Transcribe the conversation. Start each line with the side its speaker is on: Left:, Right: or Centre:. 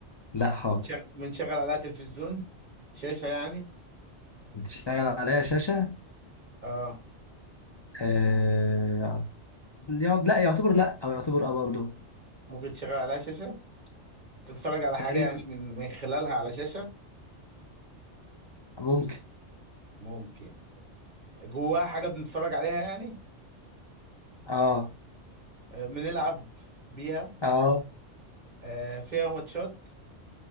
Left: لا خالص
Right: بتشغ- بنشغل عليها تلفزيون شاشة يعني
Left: بتشتغل عليها شاشة
Right: اه
Left: آه يعت- لا يعتبر لا او يعتبر اه برضه
Right: ممكن تشغل عليها شاشة تتفرج على
Left: تقريبا
Right: حاجة يعني من من خلالها على شاشة
Left: ممكن
Right: ممكن جواها حاجة بنتفرج عليها يعني
Left: اه
Right: آه، بنلعب بيها
Left: اه
Right: آه، فيها ماتشات